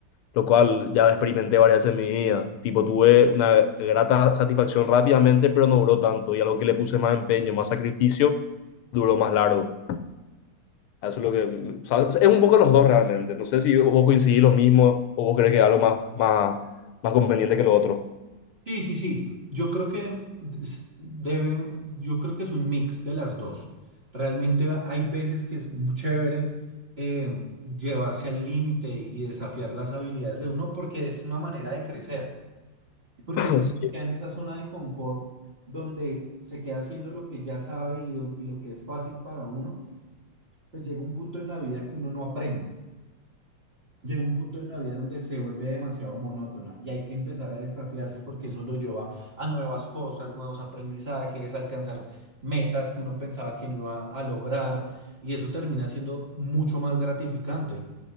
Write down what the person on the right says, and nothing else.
Sí, sí, sí. Yo creo que des- debe, yo creo que es un mix de las dos. Realmente a- hay veces que es muy chévere eh, llevarse al límite y desafiar las habilidades de uno porque es una manera de crecer. Porque
si uno
se queda en esa zona de confort donde se queda haciendo lo que ya sabe y, do- y lo que es fácil para uno, pues llega un punto en la vida que uno no aprende. Llega un punto en la vida donde se vuelve demasiado monótona y hay que empezar a desafiarse porque eso lo lleva a nuevas cosas, nuevos aprendizajes, alcanzar metas que uno pensaba que no iba a lograr y eso termina siendo mucho más gratificante.